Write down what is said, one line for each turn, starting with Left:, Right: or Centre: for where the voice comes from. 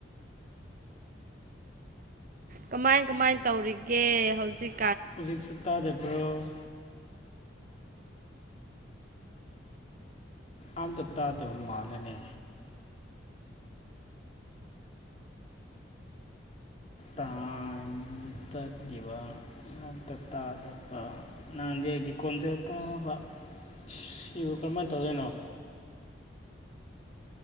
Right: ꯀꯃꯥꯏ ꯀꯃꯥꯏ ꯇꯧꯔꯤꯒꯦ ꯍꯧꯖꯤꯛ
Left: ꯍꯧꯖꯤꯛꯁꯨ ꯇꯥꯗꯕ꯭ꯔꯣ ꯑꯝꯇ ꯇꯥꯗꯕ ꯃꯜꯂ‌ꯦꯅꯦ ꯇꯥꯡ ꯇꯂꯤꯕ ꯑꯝꯇ ꯇꯥꯗꯕ ꯅꯪꯗꯤ ꯑꯩꯒꯤ ꯈꫭꯟꯖ‌ꯦꯜ ꯇꯥꯕ ꯑꯁꯤ ꯁꯤꯕꯨ ꯀꯔꯝꯃꯥꯏꯅ ꯇꯧꯗꯣꯏꯅꯣ